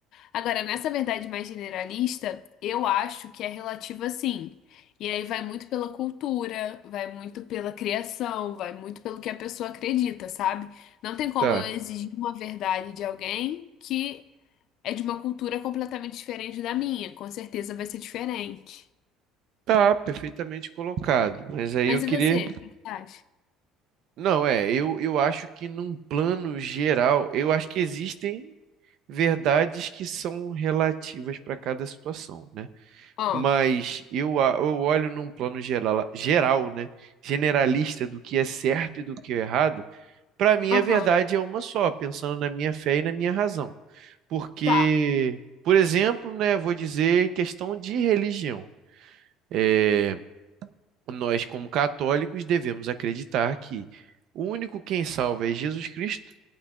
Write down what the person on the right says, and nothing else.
Tá.
Tá, perfeitamente colocado. Mas aí
eu
queria.
Não, é, eu, eu acho que num plano geral, eu acho que existem. verdades que são relativas para cada situação, né?
Mas eu, a- eu olho num plano geral, geral, né? Generalista do que é certo e do que é errado. Para mim,
a verdade é uma só, pensando na minha fé e na minha razão. Porque,
por exemplo, né, vou dizer em questão de religião. É, nós, como católicos, devemos acreditar que o único quem salva é Jesus Cristo